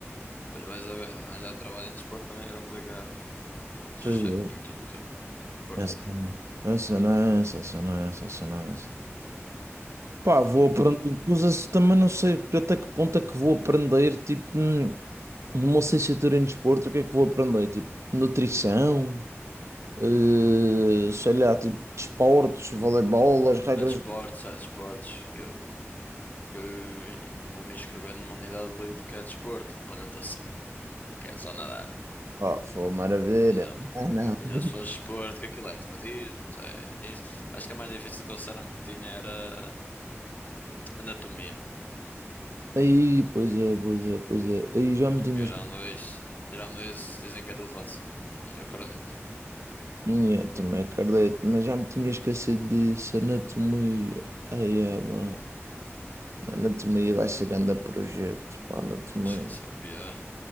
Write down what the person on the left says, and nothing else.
Depois vais a ver, arranjar trabalho em desporto também é complicado. Isso
é muito tempo perdido.
Mas, bem,
É desportos, é desportos, que eu, que eu vou me inscrever numa unidade livre que é desporto, ou para natação, que é só nadar,
por exemplo.
Eu conheço
pessoas de desporto, que aquilo é atletismo, é isso. Acho que a mais difícil que eles disseram que tinha era anatomia.
Tirando
isso, tirando isso, dizem que é tudo fácil. E eu acredito.
Esqueceu o pior.